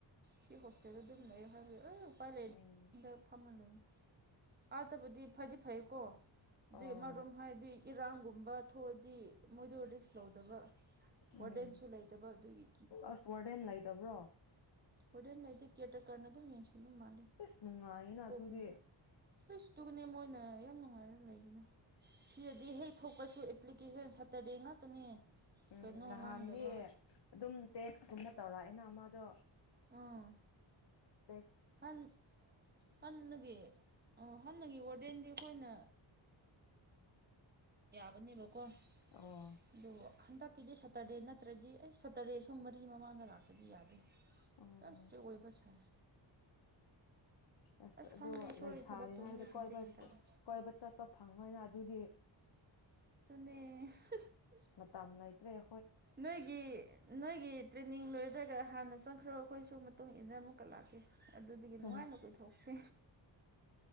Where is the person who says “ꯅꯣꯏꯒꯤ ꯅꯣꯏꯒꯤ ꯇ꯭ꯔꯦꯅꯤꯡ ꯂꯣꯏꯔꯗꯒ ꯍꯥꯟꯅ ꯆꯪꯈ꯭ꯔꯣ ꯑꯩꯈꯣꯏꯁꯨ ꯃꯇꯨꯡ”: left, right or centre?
Right